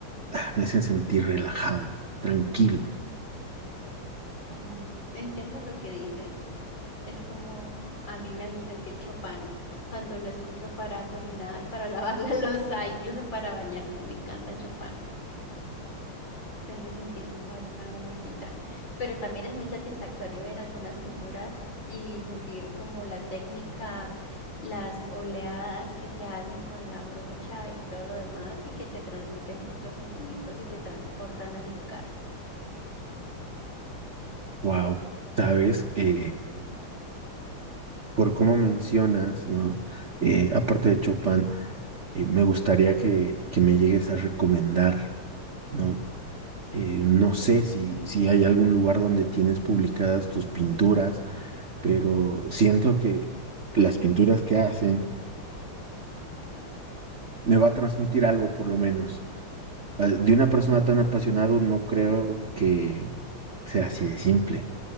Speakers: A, on the right; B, on the left.
A: ah, me hacen sentir relajado, tranquilo.
B: Sí, entiendo lo que dices. Es como a mí me hace sentir Chopin cuando lo escucho para cocinar, para <laughs> lavar la loza, incluso para bañarme. Me encanta Chopin. Te hace sentir como en una nubecita, pero también es muy satisfactorio ver algunas pinturas y sentir como la técnica, las oleadas que se hacen con la brocha y todo lo demás y que te transmiten muchos sentimientos y te transportan al lugar.
A: Wow. ¿Sabes? Eh, por cómo mencionas, ¿no? Eh, aparte de Chopin, eh, me gustaría que, que me llegues a recomendar, ¿no? Eh, no sé si, si hay algún lugar donde tienes publicadas tus pinturas, pero siento que las pinturas que hacen me va a transmitir algo, por lo menos. Ah, de una persona tan apasionado, no creo que sea así de simple.